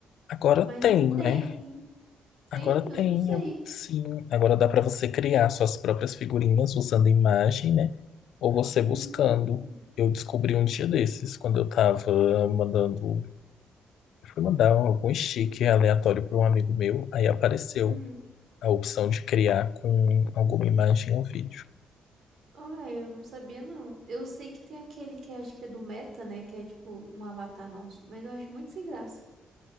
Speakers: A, on the left; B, on the right.
A: Agora
B: Mas
A: tem,
B: não tem.
A: né? Agora
B: Tem? Eu
A: tem,
B: não sei.
A: eu- sim. Agora dá para você criar suas próprias figurinhas usando imagem, né? Ou você buscando.
B: Hum.
A: Eu descobri um dia desses, quando eu tava mandando. Eu fui mandar algum stick aleatório para um amigo meu, aí apareceu
B: Uhum.
A: a opção de criar com alguma imagem ou vídeo.
B: Ah, eu não sabia, não. Eu sei que tem aquele que acho que é do Meta, né? Que é tipo um avatar nosso, mas eu acho muito sem graça.